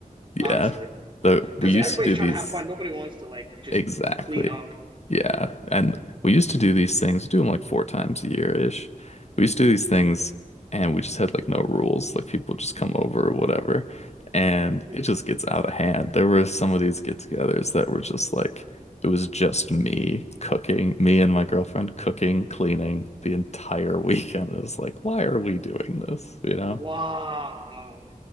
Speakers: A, on the right; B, on the left.
A: Honestly.
B: Yeah. So we
A: Because
B: used
A: everybody's
B: to do
A: trying
B: these.
A: to have fun. Nobody wants to like just
B: Exactly.
A: clean up.
B: Yeah. And we used to do these things, do them like four times a year-ish. We used to do these things and we just had like no rules. Like people just come over or whatever. And
A: Mm-hmm.
B: it just gets out of hand. There were some of these get-togethers that were just like, it was just me cooking, me and my girlfriend cooking, cleaning the entire <laughs> weekend. It was like, why are we doing this? You know?
A: Wow,